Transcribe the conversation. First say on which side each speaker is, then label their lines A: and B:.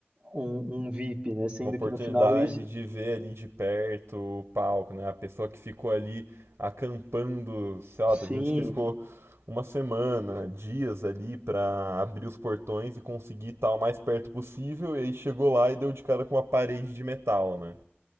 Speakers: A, on the right (about 25°); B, on the right (about 80°).
A: um, um VIP, né? Sendo
B: uma oportunidade
A: que no final isso,
B: de ver ali de perto o palco, né? A pessoa que ficou ali acampando, sei lá,
A: sim,
B: teve gente que ficou uma semana, dias ali pra abrir os portões e conseguir estar o mais perto possível, e aí chegou lá e deu de cara com uma parede de metal, né?